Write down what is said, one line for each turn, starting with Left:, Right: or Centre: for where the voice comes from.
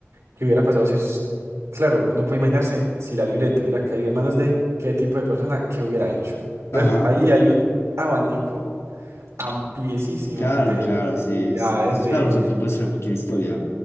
Right: ¿Qué hubiera pasado si, es- claro, uno puede imaginarse si la libreta hubiera caído en manos de qué tipo de persona, qué hubiera hecho? Entonces,
Left: Ajá.
Right: ahí hay un abanico ampliesísimo
Left: Claro,
Right: de
Left: claro,
Right: posibilidades
Left: sí. Es, es-
Right: de
Left: claro, tú tú puedes hacer cualquier historia.